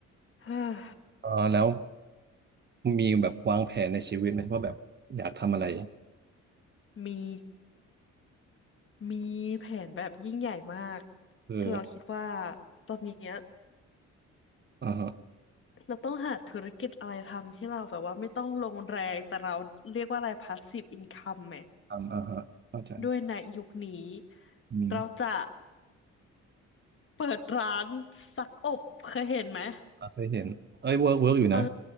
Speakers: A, on the left; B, on the right.
A: <sighs> เฮ้อ
B: เออแล้วมีแบบวางแผนในชีวิตไหมว่าแบบอยากทำอะไร
A: มี มีแผนแบบยิ่งใหญ่มาก
B: คือ
A: คือเราคิดว่าตอนเนี้ย
B: อ่าฮะ
A: เราต้องหาธุรกิจอะไรทำที่เราแบบว่าไม่ต้องลงแรงแต่เราเรียกว่าอะไร passive income ไหม
B: ทำอ่าฮะเข้าใจ
A: ด้วยในยุคนี้
B: อืม
A: เราจะเปิดร้านซักอบเคยเห็นไหม
B: อ่าเคยเห็นเอ้ยเวิร์กเวิร์กอยู่นะ
A: เออ